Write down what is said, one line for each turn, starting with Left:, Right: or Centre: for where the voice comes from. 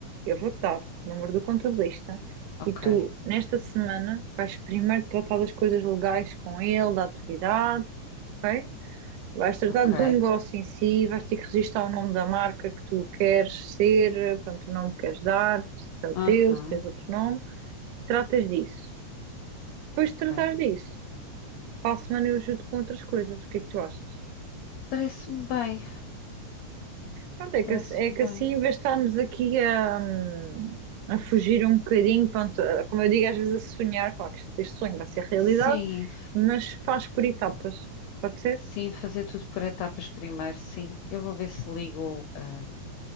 Right: eu vou-te dar o número do contabilista
Left: Ok,
Right: e tu, nesta semana, vais primeiro tratar das coisas legais com ele, da atividade, ok? Vais tratar
Left: ok,
Right: do negócio em si, vais ter que registrar o nome da marca que tu queres ser, pronto, o nome que queres dar, se é o
Left: aham,
Right: teu, se tens outro nome. Tratas disso. Depois de
Left: ok.
Right: tratares disso, para a semana eu ajudo com outras coisas. O que é que tu achas?
Left: Parece-me bem.
Right: Pronto, é
Left: Parece-me
Right: que, ass- é que
Left: bem.
Right: assim, em vez de estarmos aqui a, hum, a fugir um bocadinho, pronto, a- como eu digo, às vezes a sonhar, claro que este este sonho vai ser realidade,
Left: Sim,
Right: mas faz por etapas. Pode ser?
Left: sim, fazer tudo por etapas primeiro, sim. Eu vou ver se ligo, ah,